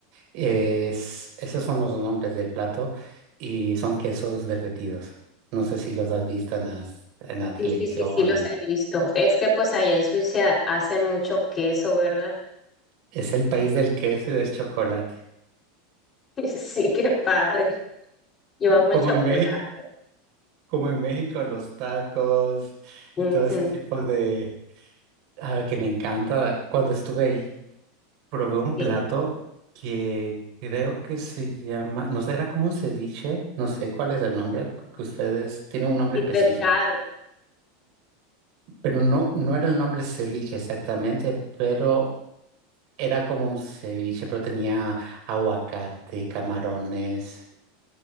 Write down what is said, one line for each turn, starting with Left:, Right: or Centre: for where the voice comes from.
Right: Es, esos son los nombres del plato y son quesos derretidos. No sé si los has visto en las- en la televisión
Left: Sí, sí, sí, sí, los
Right: o...
Left: he visto. Es que pues allá en Suiza hacen mucho queso, ¿verdad?
Right: Es el país del queso y del chocolate.
Left: <laughs> Sí, qué padre. Yo
Right: <laughs>
Left: amo
Right: Como
Left: el chocolate.
Right: en México. como en México, los tacos
Left: Ujú,
Right: y todo ese tipo de ah, que me encanta. Cuando estuve ahí, probé un plato
Left: sí.
Right: que creo que se llama, no sé, era como un ceviche, no sé cuál es el nombre, cu- que ustedes tienen un nombre
Left: Y
Right: específico,
Left: pescado.
Right: pero no, no era el nombre ceviche exactamente, pero era como un ceviche, pero tenía aguacate, camarones,